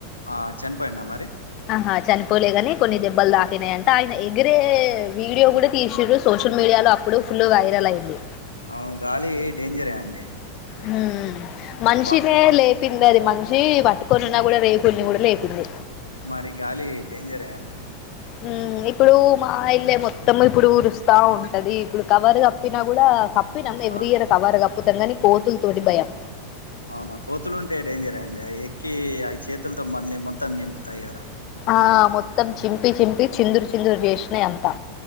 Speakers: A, on the left (about 85°); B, on the left (about 40°).
A: ఆ చనిపోయిండా మరి
B: ఆహా చనిపోలే గాని కొన్ని దెబ్బలు తాకినాయంట ఆయన ఎగిరే వీడియో కూడా తీసిరుసోషల్ మీడియాలో అప్ ఇప్పుడు ఫుల్ వైరల్ అయింది
A: అవును గాలి డేంజరే అండి
B: హ్మ్ మనిషినే
A: బా
B: లే తిండది మనిషి పట్టుకొనున్నా కూడా రేకులను కూడా లేపింది
A: మరి గాలి డేంజరే అండి
B: హ్మ్ ఇప్పుడు మా ఇల్లే మొత్తము ఇప్పుడు ఊరుస్తా ఉంటది ఇప్పుడు కవర్ కప్పినా కూడా కప్ పినం ఎవ్రీ
A: ఆ
B: ఇయర్ కవర్ కప్పుతాంగ నీ కోతుల తోటి భయం
A: అవునా కోతులు ఉంటే డేంజరెఅండి అవి ఎక్కి ఆ చేతులతో మళ్ళీ మొత్తం జింపుతాయి కదా
B: ఆ మొత్తం చింపి చింపి చిందురు చిందురు చేసినాయి అంతా